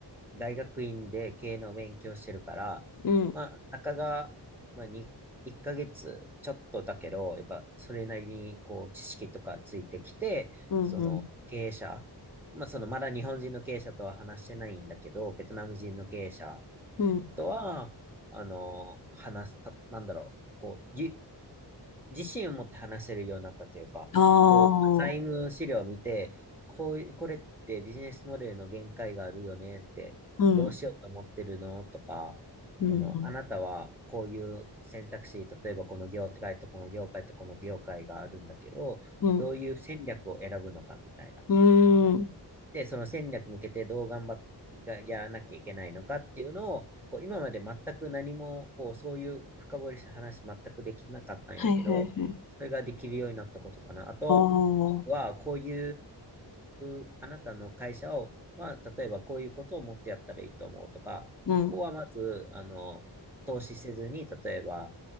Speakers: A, in the centre; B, on the left.
A: 大学院で経営の勉強してるから、
B: うん、
A: まあ、たかが、まあ、に1ヶ月ちょっとだけど、やっぱそれなりにこう知識とかついてきて、
B: うん、
A: その経営者、
B: うん、
A: まあ、そのまだ日本人の経営者とは話してないんだけど、ベトナム人の経営者
B: うん、
A: とは、あの、話すた、なんだろう、こう、ゆ自信を持って話せるようになったというか、
B: あー、
A: こう、財務資料を見て、こういこれってビジネスモデルの限界があるよねって、
B: うん、
A: どうしようと思ってるのとか、
B: うん、
A: この、
B: うん、
A: あなたはこういう選択肢、例えばこの業界とこの業界とこの業界があるんだけど、
B: うん、
A: どういう戦略を選ぶのかみたいな。
B: うん
A: で、その戦略向けてどう頑張っがやらなきゃいけないのかっていうのを、こう今まで全く何も、こう、そういう深掘りした話全くできなかったんやけど、
B: はいはいはい。
A: それができるようになったことかな。あとは、
B: おー、
A: こういう、あなたの会社を、まあ、例えばこういうことをもっとやったらいいと思うとか、
B: うん、
A: ここはまず、
B: うん、
A: あの、投資せずに、例えば、